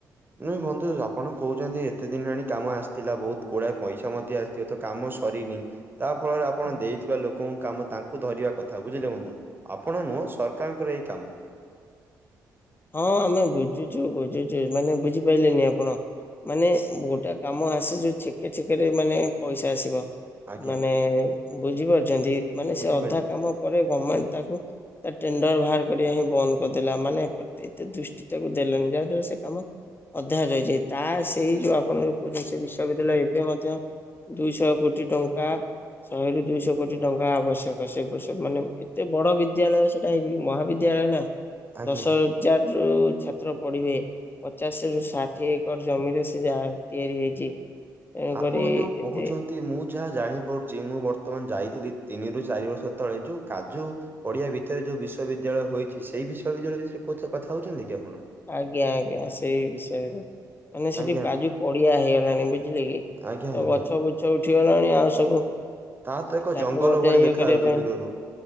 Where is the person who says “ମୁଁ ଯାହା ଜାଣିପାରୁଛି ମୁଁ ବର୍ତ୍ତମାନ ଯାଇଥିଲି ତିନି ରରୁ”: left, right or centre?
Right